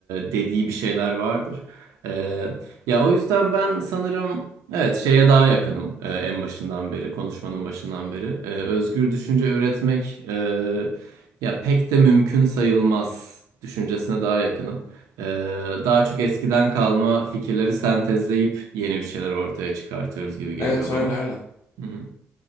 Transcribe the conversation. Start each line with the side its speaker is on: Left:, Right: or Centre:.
Right: dediği bir şeyler vardır. E, ya o yüzden ben sanırım evet şeye daha yakınım e, en başından beri konuşmanın başından beri. E, özgür düşünce üretmek e, ya pek de mümkün sayılmaz düşüncesine daha yakınım. E, daha çok eskiden kalma fikirleri sentezleyip yeni bir şeyler ortaya çıkartıyoruz gibi geliyor
Left: Evet
Right: bana.
Left: öyle öyle.
Right: Hı hı.